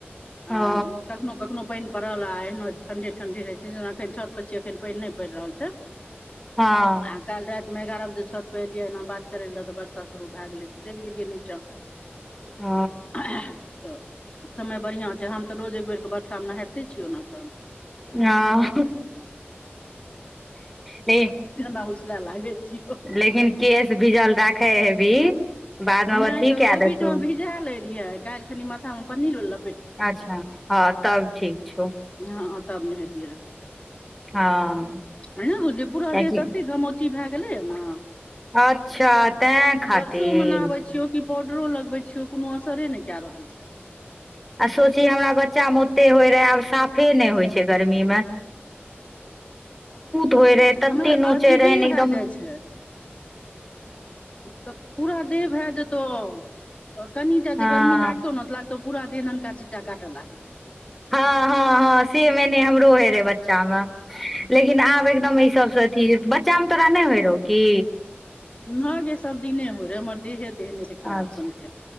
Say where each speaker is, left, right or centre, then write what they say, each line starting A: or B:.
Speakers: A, on the left; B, in the centre.
A: हां
B: ओ
A: हिनकर नो कखनो पैन परल आ एहिनो ठण्डे ठण्डे रहै छै जेना अखन छत पर छियै अखन पानि नहि पैर रहल छै
B: हँ
A: आ काल्हि रातिमे एगारह बजे छतपर एलियै एना बात करय लए रहए तऽ वर्षा शुरू भए गेलै तऽ चलि गेलियै नीचाँ
B: ओ
A: तऽ समय बढ़िआँ छै हम तऽ रोज एक बेरकेऽ वर्षामे नहाइते छियौ एखन
B: आ ले
A: ना उसला लागै छिय
B: लेकिन केश भीजल राखै हेबी बाद मे
A: नहि
B: अथी
A: तऽ
B: कए
A: ओहि
B: देतौ
A: बीच मे भिजा ले रहियै काल्हि खनी मथा पन्नी ल
B: अच्छा हँ तब ठीक छौ
A: हँ तब ने हैट गेल
B: हँ
A: हौ अ मधेपुरा वाली
B: कियाकि
A: त अतेऽ द कुी भए गेलैय ने <inaudible>
B: अच्छा तेँ खातिर
A: बरसो मे नहबै छियौ कि पाउडरो लगबै छियौ कोनो असरे नहि कए रहल छै
B: आ सोची हमरा बच्चामे ओते होइत रहए आब साफे नहि होइत छै गर्मीमे होय रहे तते
A: हमरा
B: नोचे
A: अजबे
B: रहे ने एकदम
A: भए जाइ छै तब पूरा देह भए जेतहु कनिटा
B: हँ
A: जे गर्मी लागतौ नेऽ लागतौ पूरा देह ननका चि्टा काटय लागलै
B: हँ हँ हँ से मेने हमरो हे रहे बच्च बच्चामे लेकिन आब एकदम एहि सबसँ अथी बच्चामे तोरा नहि होइ रहौ की
A: ह गे सब दिने होइ रहे हमर देहे तेहने खराब
B: अच्छा
A: सनके